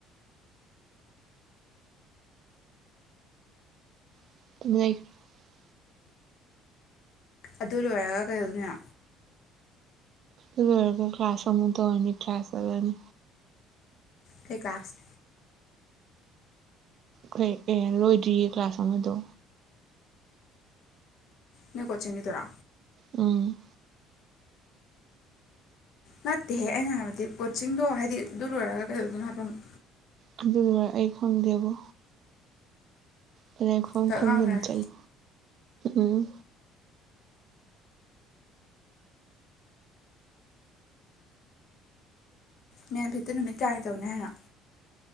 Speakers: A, on the right (about 50°); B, on the left (about 60°).
A: <unintelligible>
B: ꯑꯗꯨ ꯂꯣꯏꯔꯒ ꯀꯩꯗꯧꯗꯣꯏꯅꯣ꯫
A: ꯑꯗꯨꯔꯣꯏꯔꯒ ꯀ꯭ꯂꯥꯁ ꯑꯃꯨꯛ ꯇꯧꯔꯅꯤ ꯀ꯭ꯂꯥꯁ ꯆꯠꯂꯅꯤ꯫
B: ꯀꯩ ꯀ꯭ꯂꯥꯁ
A: ꯀꯩ ꯑꯦ ꯂꯣꯏꯗ꯭ꯔꯤꯌꯦ ꯀ꯭ꯂꯥꯁ ꯑꯃꯗꯣ꯫
B: ꯅꯣꯏ ꯀꯣꯆꯤꯡꯒꯤꯗꯨꯔꯣ꯫
A: ꯎꯝ꯫
B: ꯅꯠꯇꯦꯍꯦ ꯑꯩꯅ ꯍꯥꯏꯕꯗꯤ ꯀꯣꯆꯤꯡꯗꯣ ꯍꯥꯏꯗꯤ ꯑꯗꯨ ꯂꯣꯏꯔꯒ ꯀꯩꯗꯧꯗꯣꯏꯅꯣ ꯍꯥꯏꯕ ꯑꯃꯨꯛ꯫
A: ꯑꯗꯨ ꯂꯣꯏꯔ ꯑꯩ ꯈꯪꯗꯦꯕꯣ꯫ ꯄꯥꯂꯦꯞꯐꯝ
B: ꯉꯥꯎꯅꯔꯦ
A: ꯈꯪꯗꯅ ꯆꯠꯂꯤ꯫ ꯎꯝ꯫
B: ꯃꯦꯟꯐꯤꯠ ꯇꯤ ꯅꯨꯃꯤꯠ ꯀꯌꯥꯅꯤ ꯇꯧꯅꯤ ꯍꯥꯏꯅꯣ꯫